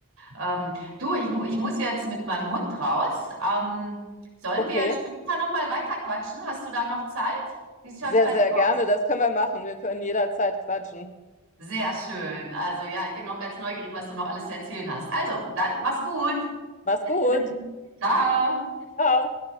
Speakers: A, on the right; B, on the left.
A: Ähm, du, ich, mu- ich muss jetzt mit meinem Hund raus. Ähm, sollen
B: Okay,
A: wir später nochmal weiter quatschen? Hast du da noch Zeit? Wie schaut's
B: sehr,
A: bei
B: sehr
A: dir aus?
B: gerne. Das können wir machen. Wir können jederzeit quatschen.
A: Sehr schön. Also ja, ich bin noch ganz neugierig, was du noch alles zu erzählen hast. Also, dann mach's gut.
B: Mach's gut.
A: <laughs> Ciao.
B: Ciao.